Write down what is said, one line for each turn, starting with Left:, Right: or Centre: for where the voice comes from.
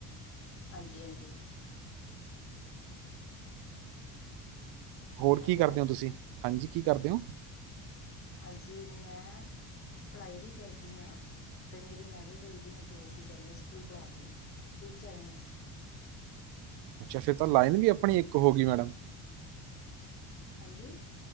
Left: ਹਾਂਜੀ- ਹਾਂਜੀ।
Right: ਹੋਰ
Left: ਹੈਲੋ
Right: ਕੀ ਕਰਦੇ ਹੋ ਤੁਸੀਂ, ਹਾਂਜੀ ਕੀ ਕਰਦੇ ਹੋ?
Left: ਹਾਂਜੀ ਮੈਂ ਪੜ੍ਹਾਈ ਵੀ ਕਰਦੀ ਹਾਂ। ਤੇ ਮੇਰੀ ਮੈਰਿਡ ਹੋਈ ਦੀ ਮੈਂ ਜੋਬ ਵੀ ਕਰਦੀ ਆਂ, ਸਕੂਲ ਪੜਾ ਰਹੀ ਆ। ਟੀਚਰ ਐ ਮੈੰ
Right: ਅੱਛਾ ਫਿਰ ਤਾਂ ਲਾਈਨ ਵੀ ਆਪਣੀ ਇੱਕ ਹੋ ਗਈ ਮੈਡਮ
Left: ਹਾਂਜੀ